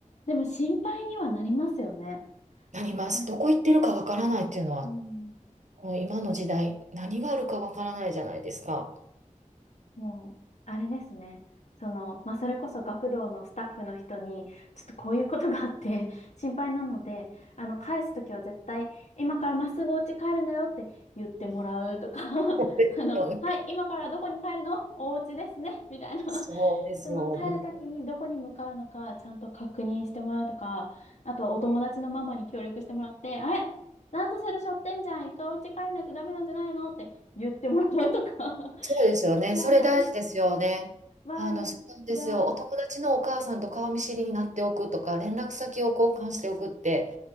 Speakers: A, on the left (about 60°); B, on the right (about 65°).
A: でも心配にはなりますよね。
B: なります。
A: やっぱり。
B: どこ行ってるかわからないっていうのは
A: うん。
B: もう今の時代、何があるかわからないじゃないですか。
A: もう、あれですね。その、まあ、それこそ学童のスタッフの人に、ちょっとこういうことがあって <laughs> 心配なので、あの、返すときは絶対、今からまっすぐお家帰るんだよって言ってもらうとか <laughs>
B: そうですよね。
A: あの、はい、今からどこに帰るのお家ですね、みたいな
B: そうですよ。
A: <laughs> その、帰るときにどこに向かうのか、
B: もう、
A: ちゃんと確認してもらうとか、あとはお友達のママに協力してもらって、あれランドセル背負ってんじゃん、一回お家帰んないとダメなんじゃないのって言ってもらうとか
B: そうですよね。
A: <laughs> なんか、
B: それ大事ですよね。
A: 周りが、
B: あの、そうなんですよ。お友達のお母さんと顔見知りになっておくとか、連絡先を交換しておくって、